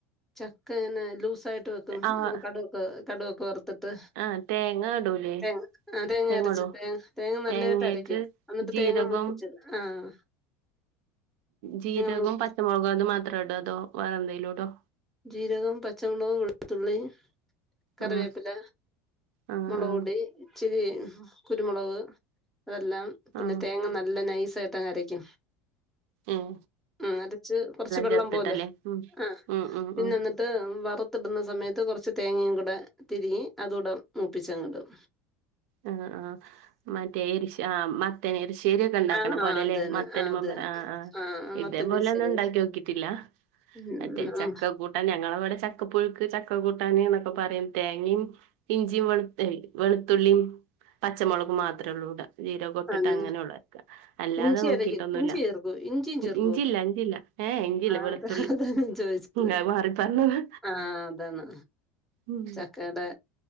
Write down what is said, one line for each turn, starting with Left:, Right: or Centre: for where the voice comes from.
Centre: ചക്ക ഇങ്ങനെ ലൂസ് സായിട്ട് വെക്കും
Right: ആഹ്
Centre: കട്വൊക്കെ കട്വൊക്കെ വറുത്തിട്ട്
Right: ആഹ് തേങ്ങ ഇടൂലേ
Centre: തേങ്ങ ആഹ് തേങ്ങര്
Right: തേങ്ങ
Centre: ച്ചിട്ട്
Right: ഇടോ
Centre: തേങ്ങ നല്ലായിട്ട്
Right: തേങ്ങക്ക്
Centre: അരക്ക് അന്നിട്ട്
Right: ജീരകം
Centre: തേങ്ങ മൂപ്പിച്ചിട് ആഹ്
Right: ജീരകോം
Centre: മൂപ്പിച്ച്
Right: പച്ചമുളകും അതു മാത്രട അതോ വേറെന്തേലുടോ
Centre: ജീരകം പച്ചമുളക് വെളുത്തുള്ളി കറിവേപ്പില
Right: ആഹ് ആഹ്
Centre: മുളകൊടി
Right: ആഹ്
Centre: ഇച്ചിരി കുരുമുളക് അതെല്ലാം പിന്നെ
Right: ആഹ്
Centre: തേങ്ങ നല്ല നൈസായിട്ടങ്ങരക്ക
Right: ഉം
Centre: ഉം അരച്ച് കൊറച്ച് വെള്ളം
Right: ചേർത്തിട്ടല്ലേ
Centre: പോലെ
Right: ഉം
Centre: ആഹ്
Right: ഉം ഉം
Centre: പിന്നെ
Right: ഉം
Centre: എന്നിട്ട് വറ് ത്തി ഇടുന്ന സമയത്ത് കുറച്ച് തേങ്ങയും കൂടെ തിരികി അതുകൂടെ മൂപ്പിച്ചങ്ങിടും.
Right: ആ ആഹ മറ്റേ ഇരിശ ആ മത്തന ഇരിശ ശേരിയ ഒക്കെ ഉണ്ടാക്കണ
Centre: ആ
Right: പോല്ലേ
Centre: ആ അത്
Right: ല്ലെ
Centre: തന്നെ
Right: മത്തന്
Centre: അത് തന്നെ
Right: ആ ആ ഇതേപോലെ
Centre: മത്തന്റെ വിശ്വല്
Right: ഒന്നും ഉണ്ടാക്കി നോക്കിട്ടില്ല.
Centre: ഉം.
Right: മറ്റേ ചക്കക്കൂട്ട
Centre: ആ,
Right: ഞങ്ങള അവിടെ ചക്ക പുഴുക്ക് ചക്കക്കൂട്ട കുട്ടന്ന് പറയും തേങ്ങയും ഇഞ്ചി വെളുത്ത എ വെളുത്തുള്ളി പ പച്ചമുളക് മാത്രള്ളുടെ ജീരകെ ഇട്ടിട്ട്
Centre: അതൊന്ന്
Right: ങ്ങനെ ഉണ്ടാക്ക അല്ലാതെ
Centre: ഇഞ്ചി
Right: നോക്കിട്ടൊന്നുല്ല
Centre: അരക്കും ഇഞ്ചി ചേർക്കോ ഇഞ്ചിയും ചേർക്കോ
Right: ഇഞ്ചില്ല ഇഞ്ചില്ല ഏ ഇഞ്ചില്ല
Centre: ആഹ്
Right: വെളുത്തുള്ളി
Centre: അത അതാ ഞാൻ ചോദിച്ചത്
Right: ഉം, അത് മാറി പറഞ്ഞതാ
Centre: ആ അതാണ്
Right: ഉം
Centre: ചക്കടെ